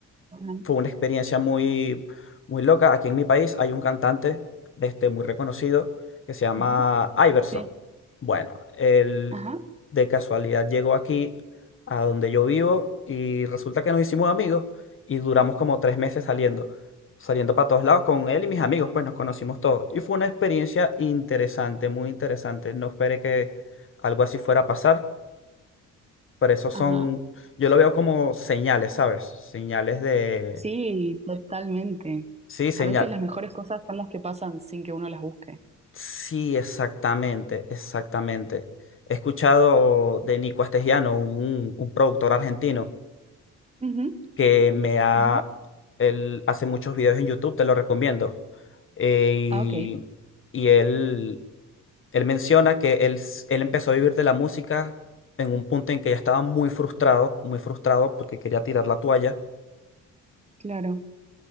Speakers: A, on the right; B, on the left.
A: Ajá.
B: fue una experiencia muy, muy loca. Aquí en mi país hay un cantante este, muy reconocido que se llama
A: Ujú.
B: Iverson.
A: Sí.
B: Bueno, él
A: Ajá.
B: de casualidad llegó aquí a donde yo vivo y resulta que nos hicimos amigos y duramos como tres meses saliendo. Saliendo para todos lados con él y mis
A: Sí.
B: amigos, pues nos conocimos todos. Y fue una experiencia interesante, muy interesante. No esperé que algo así fuera a pasar pero esos
A: Ajá.
B: son, yo lo veo como señales, ¿sabes? Señales de...
A: Sí, totalmente.
B: Sí, señal.
A: A veces las mejores cosas son las que pasan sin que uno las busque.
B: Sí, exactamente, exactamente. He escuchado de Nico Astesiano, un, un productor argentino,
A: Ujú.
B: que me ha...
A: ¿Yo?
B: Él hace muchos videos en YouTube, te lo recomiendo. Eh, y
A: Ah, ok.
B: y él, él menciona que él, s- él empezó a vivir de la música en un punto en que ya estaba muy frustrado, muy frustrado porque quería tirar la toalla
A: Claro,